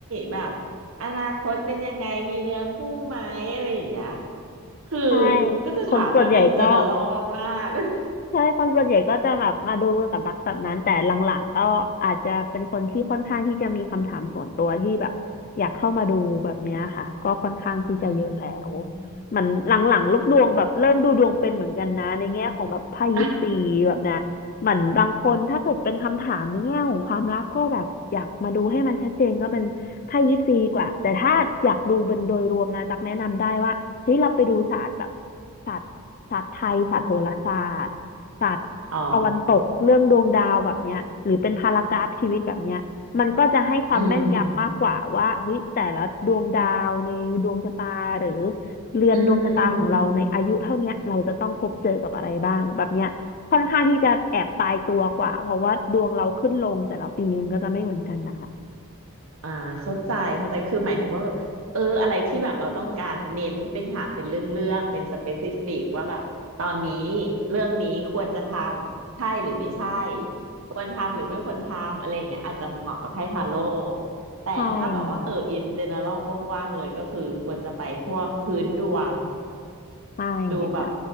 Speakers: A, on the right; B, on the left.
A: แบบอนาคตเป็นยังไงมีเนื้อคู่ไหมอะไรอย่างเงี้ยคือ
B: ใช่
A: ก็จะถามแบบอินเจเนอรัลมากๆ
B: คนส่วนใหญ่ก็ ใช่คนส่วนใหญ่ก็จะแบบมาดูกับรักแบบนั้นแต่หลังๆก็อาจจะเป็นคนที่ค่อนข้างที่จะมีคำถามส่วนตัวที่แบบอยากเข้ามาดูแบบเนี้ยค่ะก็ค่อนข้างที่จะเยอะแล้ว
A: <laughs> อื
B: เหมือนหลังๆลูกดวงแบบเริ่มดูดวงเป็นเหมือนกันนะในแง่ของแบบไพ่ยิปซีแบบนะเหมือนบางคนถ้าเกิดเป็นคำถามในแง่ของความรักก็แบบอยากมาดูให้มันชัดเจนก็เป็นไพ่ยิปซีดีกว่าแต่ถ้าอยากดูเป็นโดยรวมนะตักแนะนำได้ว่าเฮ้ยเราไปดูศาสตร์แบบ
A: ม
B: ศาสตร์ศาสตร์ไทยศาสตร์โหราศาสตร์ ศาสตร์ตะวันตกเรื่องดวงดาวแบบเนี้ยหรือเป็นพารากราฟชีวิตแบบเนี้ยมันก็จะให้ความแม่นยำมากกว่าว่าเฮ้ยแต่ละดวงดาวในดวงชะตาหรือ
A: อ๋ออืมอืม
B: เรือนดวงชะตาของเราในอายุเท่าเนี้ยเราจะต้องพบเจอกับอะไรบ้างแบบเนี้ยค่อนข้างที่จะแอบตายตัวกว่าเพราะว่าดวงเราขึ้นลงแต่ละปีมันก็จะไม่เหมือนกันนะคะ
A: อืมอืมอืมอ่าเข้าใจ เข้าใจคือหมายถึงว่าแบบ เออ อะไรที่แบบเราต้องการเน้นเป็นถามเป็นเรื่องเรื่องเป็นสเปซิฟิกว่าแบบตอนนี้เรื่องนี้ควรจะทำใช่หรือไม่ใช่ควรทำหรือไม่ควรทำอะไรอย่างเงี้ยอาจจะเหมาะกับไพ่ทาโร่แต่ถ้าแบบว่าเอออินเจเนอรัลกว้างๆเลยก็คือควรจะไปพวกพื้นดวง
B: ใช่ค่ะใช่
A: ดูแบบ
B: ค่ะ